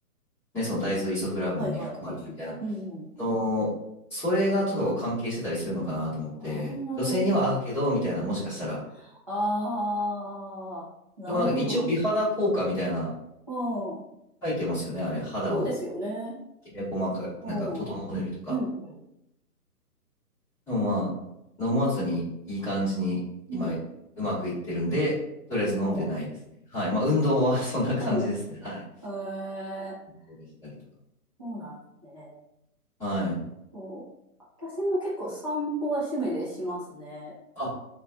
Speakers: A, in the centre; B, on the right (about 25°).
A: ね、その大豆イソフラボンに含まれてるみたいな
B: はいはい。そうですね。うんうん。
A: の、それがちょっと関係してたりするのかなと思って、
B: ああ、なるほど。
A: 女性には合うけど、みたいな、
B: うん。
A: もしかしたら。
B: ああ、なるほど。
A: でもなんか一応美肌効果みたいな、
B: うん。
A: 書いてますよね、あれ。肌を
B: そうですよね。
A: きめ細かく、
B: うん。
A: なんか整えるとか。
B: うんうん。
A: でもまあ、飲まずにいい感じに今、
B: うん。
A: うまくいってるんで、とりあえず飲んでないですね。
B: あ
A: はい。まあ、運動は <laughs> そんな感じですね。
B: あう
A: はい。
B: ん。ええ
A: 運動したりとか。
B: そうなんですね。
A: はい。
B: そう私も結構散歩は趣味でしますね。
A: あ、